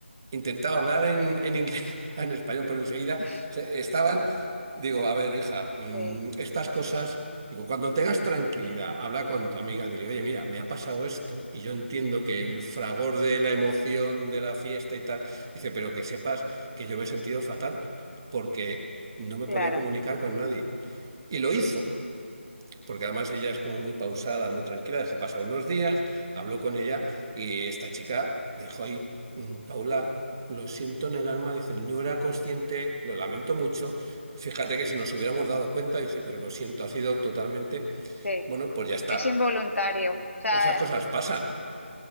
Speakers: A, on the right; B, on the left.
A: intentaba hablar en, en inglés, <laughs> en español, pero enseguida
B: <laughs>
A: se- estaban, digo, a ver, hija, mm,
B: sí,
A: estas cosas, digo, cuando tengas tranquilidad, habla con tu amiga, dile, oye, mira, me ha pasado esto y yo entiendo que el fragor de la emoción de la fiesta y tal, dice, pero que sepas que yo me he sentido fatal porque no me
B: claro,
A: podía comunicar con nadie. Y lo hizo porque además ella es como muy pausada, muy tranquila, dejó pasar unos días, habló con ella y esta chica dijo, ay, mm, Paula, lo siento en el alma, dice, no era consciente, lo lamento mucho, fíjate que si nos hubiéramos dado cuenta, dice, pero lo siento, ha sido totalmente,
B: sí.
A: bueno, pues ya está,
B: Es involuntario. O sea,
A: esas cosas pasan.